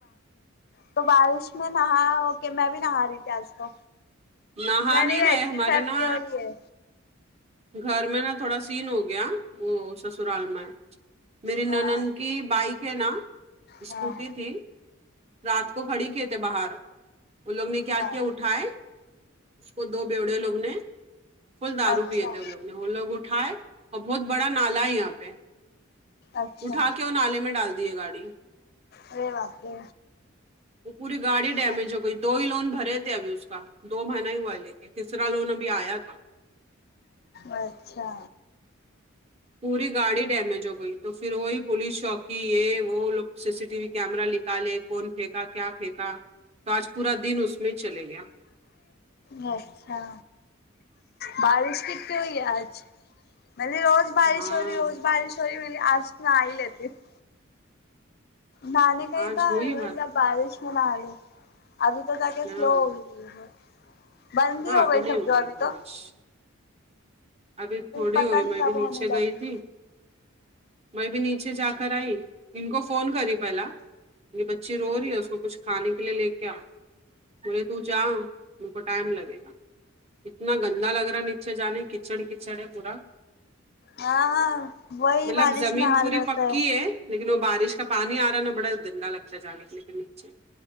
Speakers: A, on the left; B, on the right.
A: تو بارش میں نہاں ہو کہ میں بھی نہاں رہی تھی آج تو
B: نہا
A: میں
B: نہیں
A: نے ویسی
B: رہے ہمارے
A: سردی
B: نا
A: ہو رہی ہے
B: گھر میں نا تھوڑا سین ہو گیا وہ سسرال میں میری
A: ہاں
B: نند کی بائیک ہے نا اسکوٹی
A: ہاں
B: تھی رات کو کھڑی کیے تھے باہر وہ لوگ نے کیا
A: ہاں
B: کیا اٹھائیں اس کو دو بیوڑے لوگ نے فل دارو
A: اچھا
B: پیے وہ لوگ نے وہ لوگ اٹھائے اور بہت بڑا نالہ ہے یہاں پے
A: اچھا
B: اٹھا کے اور وہ نالے میں ڈال دیں ہے گاڑی
A: ارے باپ رے
B: وہ پوری گاڑی
A: اچھا
B: ڈیمیج ہو گئی دو ہی لون بھرے تھے ابھی اس کا دو مہینہ ہی ہوا لے کے تیسرا لون ابھی آیا تھا
A: اچھا
B: پوری گاڑی ڈیمیج ہو گئی تو فر وہی پولیس چوکی یہ وہ لوگ C C T V camera لک نکالےکون پھینکا کیا پھینکا تو آج پورا دن اس میں چلے گیا
A: اچھا بارش کتنی ہوئی ہے آج پہلی روز بارش
B: ہاں
A: ہو رہی روز بارش ہو رہی میں بولی آج نہاں ہی لیتی ہوں نہانے کا ہی
B: آج
A: تھا
B: ہوئی
A: مطلب بارش میں نہاں لو ابھی تو جا کے
B: ہاں
A: سلو ہوگئی بند
B: ہاں
A: ہی ہو
B: ابھی
A: گئی
B: نہیں
A: سمجھو
B: رہی
A: ابھی
B: ہے بارش
A: تو
B: ابھی تھوڑی
A: پتا
B: ہو رہی
A: نہیں
B: میں
A: کب
B: ابھی نیچے
A: ہونے لگے
B: گئی تھی میں بھی نیچے جا کر آئی ان کو فون کری پہلا میری بچی رو رہی ہے اس کو کچھ کھانے کے لیے لے کے آ بولے تو جا ان کو ٹائم لگے گا اتنا گندا لگ رہا ہے نیچے جانے کچڑ کچڑ ہے پورا
A: ہاں وہی
B: مطلب
A: بارش
B: زمین
A: میں حال
B: پوری
A: رہتا
B: پکی ہے لیکن وہ بارش کا پانی آرہا نا بڑا گندا لگتا ہے جانے لے کے نیچے